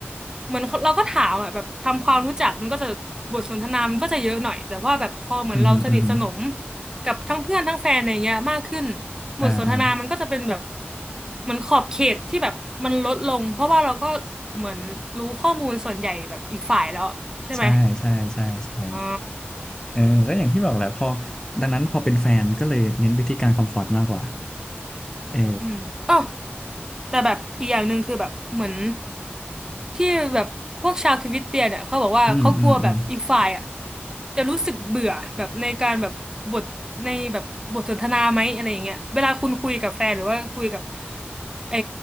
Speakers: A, on the right; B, on the left.
A: เหมือนเราก็ถามอ่ะแบบทำความรู้จักมันก็จะบทสนทนามันก็จะเยอะหน่อยแต่ว่าแบบพอเหมือนเราสนิทสนม
B: อืมฮึอืมฮึ
A: กับทั้งเพื่อนทั้งแฟนอะไรเงี้ยมากขึ้น
B: อ่าอ่า
A: บทสนทนามันก็จะเป็นแบบเหมือนขอบเขตที่แบบมันลดลงเพราะว่าเราก็เหมือนรู้ข้อมูลส่วนใหญ่แบบอีกฝ่ายแล้วอะใช่ไหม
B: ใช่ใช่ใช่ใช่
A: อ๋อ
B: เออก็อย่างที่บอกแหละพอดังนั้นพอเป็นแฟนก็เลยเน้นไปที่การคอมฟอร์ตมากกว่าเออ
A: อืมอ๋อ แต่แบบอีกอย่างหนึ่งคือแบบเหมือนที่แบบพวกชาวทวิตเตียเนี่ยเขาบอกว่าเขากลัวแบบอีกฝ่ายอ่ะ
B: อืมอืมอืม
A: จะรู้สึกเบื่อแบบในการแบบบทในแบบบทสนทนาไหมอะไรอย่างเงี้ยเวลาคุณคุยกับแฟนหรือว่าคุยกับไอ้